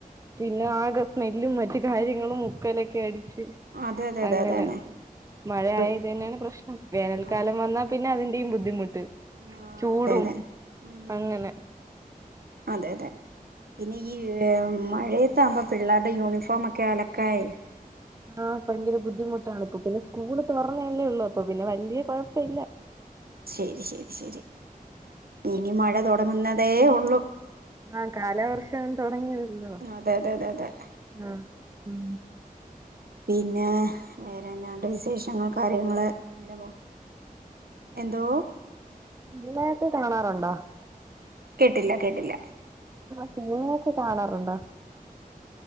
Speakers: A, on the right (about 20°); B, on the right (about 85°).
A: പിന്നെ ആകെ സ്മെല്ലും മ മറ്റ് കാര്യങ്ങളും മുക്കലൊക്കെ <unintelligible>
B: അതെ അതെ അതെ
A: അങ്ങനെ
B: അതെ
A: മഴയായത്
B: ഇപ്പഴ്
A: തന്നെയാണ് പ്രശ്നം വേനൽക്കാലം
B: അതെ
A: വന്നാ പിന്നെ അ ഈ ബുദ്ധിമു ട്ട്
B: ആ
A: ചൂടും
B: അതെ അതെ ഉം
A: അങ്ങനെ
B: അതെ അതെ പിന്നെ ഈ യ് മഴയ ത്താമ്പം പിള്ളർടെ യൂണിഫോമൊക്കെ അലക്കയെ
A: ആ ഭയങ്കര ബുദ്ധിമുട്ടാണ് ഇപ്പൊ പിന്നെ സ്കൂള് തൊറ തൊറന്നെല്യേ ഉള്ളൂ അപ്പൊ പിന്നെ വലിയ കുഴപ്പില്ല.
B: ശരി ശരി ശരി ഇനി മഴ തുടങ്ങുന്ന തേ ഉള്ളു.
A: ആ കാലാവർഷം തുടങ്ങിയല്ലോ
B: അതെ അതെ അതെ അതെ
A: മു ഉം
B: പിന്നെ വേറെന്നാണ്. ണ്ട് വിശേഷങ്ങൾ കാര്യങ്ങള് അങ്ങനെ പോ എന്തോ
A: സിനിമ ഒക്കെ കാണാറുണ്ടോ?
B: കേട്ടില്ല കേട്ടില്ല.
A: സിനിമ ഓക്കെ കാണാറുണ്ടോ?